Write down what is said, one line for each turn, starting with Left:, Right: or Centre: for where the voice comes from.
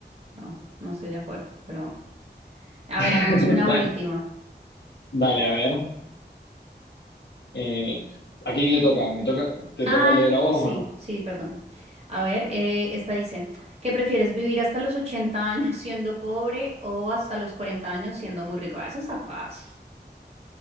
Right: no, no estoy de acuerdo, pero bueno. A ver, hagamos
Left: <laughs>
Right: una
Left: Bueno,
Right: última.
Left: dale, a ver. Eh, ¿a quién le toca? ¿Me toca, te
Right: Ah,
Left: toca leer a vos
Right: sí,
Left: o no?
Right: sí, perdón. A ver, eh, esta dice, ¿qué prefieres vivir hasta los 80 años siendo pobre o hasta los 40 años siendo muy rico? Ah, esa está fácil.